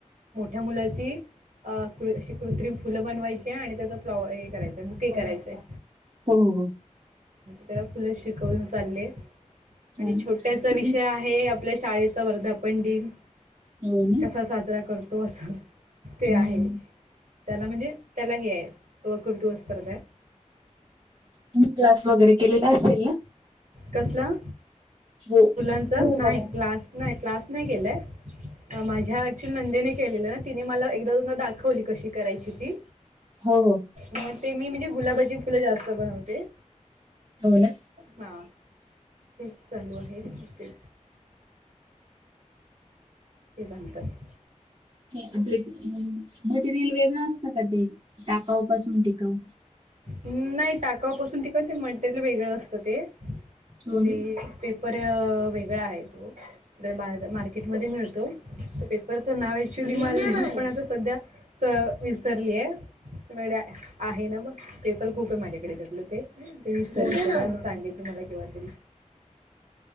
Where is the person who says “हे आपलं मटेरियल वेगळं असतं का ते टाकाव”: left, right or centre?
Right